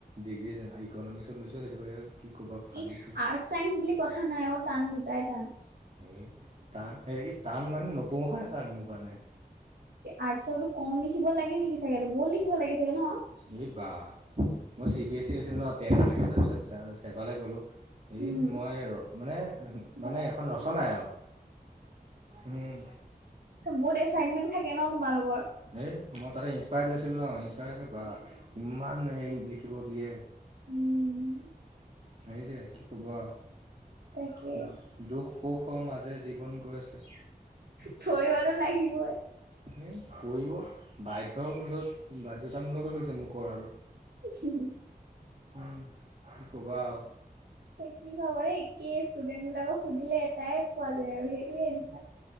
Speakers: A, on the right; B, on the right.
A: ডিগ্ৰী যে ইক'নমিস্কত লৈছোঁ, সেইটো কি ক'বা ফালিছে
B: কি আৰ্টচ চাইন্স বুলি কথা নাই অ' টান দুটাই টান।
A: এ, টান, টান মানে নপঢ়ো কাৰণে টান মোৰ কাৰণে।
B: আৰ্টচৰটো কম লিখিব লাগে নেকি চাগেতো বহুত লিখিব লাগে চাগে ন'?
A: এই বাহ, মই চি বি এছ চিত আছিলোঁ ন' টেনলৈকে, তাৰপিছত চেবালৈ গ'লোঁ। হে,
B: উম
A: মই মানে মানে
B: বাপৰে,
A: এখন ৰচনাই আৰু। উম।
B: বহুত এচাইনমেন্ট থাকে ন' তোমালোকৰ?
A: হেই মই তাতে ইনস্পায়াৰ্ডত লৈছিলোঁ ন' ইনস্পায়াৰত বা ইম্মান হেৰি লিখিব দিয়ে।
B: উম
A: হেইজে কি ক'ব আৰু।
B: তাকে
A: দুখ সুখৰ মাজে জীৱন গৈ আছে।
B: পঢ়িবতো লাগিবই।
A: এই কৰিব বাধ্য মূলত বাধ্যতামূলক হৈ গৈছে মোৰ পঢ়াটো।
B: <unintelligible>
A: হুম, কি ক'বা আৰু।
B: থাকি চবৰে একেই ষ্টুডেন্টবিলাকক সুধিলে এটাই পোৱা যায় আৰু সেই টোৱে এনছাৰ।